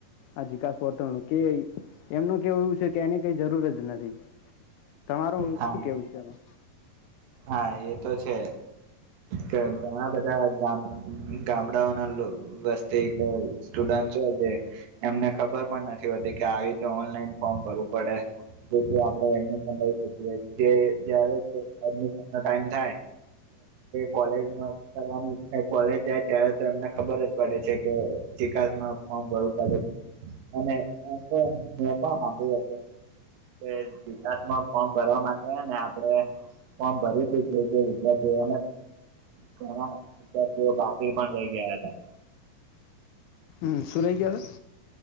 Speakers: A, on the left; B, on the right.
A: આ જિકાસ પોટલ નું કે એમનું કેવુંું છે કે એની કઈ જરૂર જ નથી. તમારું
B: હા
A: શું કેવું છે એમાં
B: હા એ તો છે. કે ઘણા બધા ગામડાઓના વસ્તી સ્ટુડન્ટ હોય જે એમને ખબર પણ નથી હોતી કે આવી રતે ઓનલાઈન ફોર્મ ભરવું પડે. જેથી આપડે એની સમય મ ટાઈમ થાય કોલે કરવાની કોલેજ જાય ત્યારે તો એમને ખબર જ પડે છે કેાસમાં ફોર્મ ભરવું પડે છે અનેાસ ફોર્મ ભરવા માટેને આપણે ફોર્મ ભરી ત વિદ્યાર્થીઓ ઘણા વિદ્યાર્થીઓ બાકી પણ રઈ ગયા હતા.
A: હ સુરેઈગળ